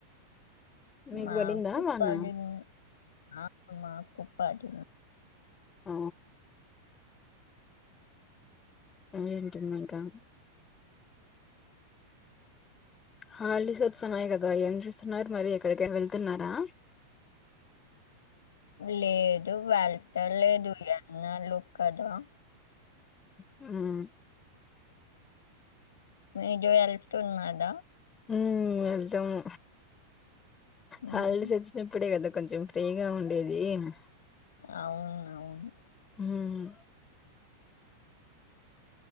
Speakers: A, on the left; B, on the left.
A: మీకు
B: మాకుప్పడిన్
A: పడిందా వాన
B: మాక్ మాకుప్పడిన్
A: ఆ ఏమీ తినీమంటా హాలిడేస్ <unintelligible> కదా ఏం చేస్తున్నారు మరి ఎక్కడికైన వెళ్తున్నారా
B: లేదు వెళ్త లేదు ఎన్నాలు కదా
A: హ్మ్
B: మీడు ఎల్తున్నాడ
A: హ్మ్ వెళ్తాము
B: ఉమ్,
A: హాలిడేస్ వచ్చినప్పుడే గదా కొంచం ఫ్రీగా ఉండేదీ అన్
B: అవునువను
A: హ్మ్ హ్మ్